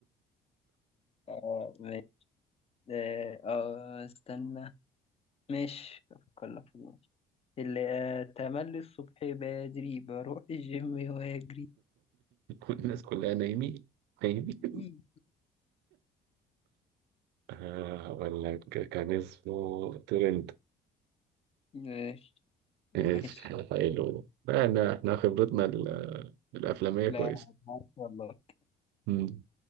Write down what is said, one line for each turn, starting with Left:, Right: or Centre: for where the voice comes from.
Left: آه ماشي آه آه، استنى ماشي أفكر لك في اللي أتملي الصبح بدري بروح الجيم وأجري
Right: والناس كلها نايمين نايمين
Left: إيه.
Right: آه، أقول لك كان اسمه ترند
Left: ماشي ماشي
Right: ماشي حلو ده يعني احنا احنا خبرتنا ال- الافلاميه
Left: لا
Right: كويسه
Left: معاك والله
Right: مم.